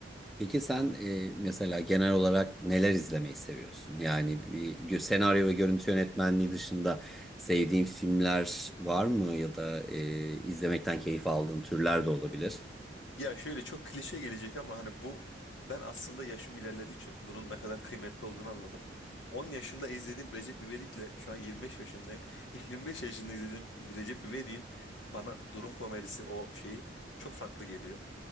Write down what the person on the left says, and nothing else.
Ya şöyle çok klişe gelecek ama hani bu ben aslında yaşım ilerledikçe bunun ne kadar kıymetli olduğunu anladım. 10 yaşında izlediğim Recep İvedik'le şu an 25 yaşındayım. <laughs> 25 yaşında izlediğim Recep İvedik'in bana durum komedisi o şeyi çok farklı geliyor.